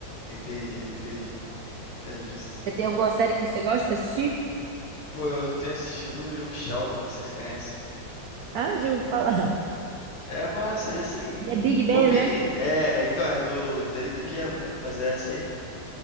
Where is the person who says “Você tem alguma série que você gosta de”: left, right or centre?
Right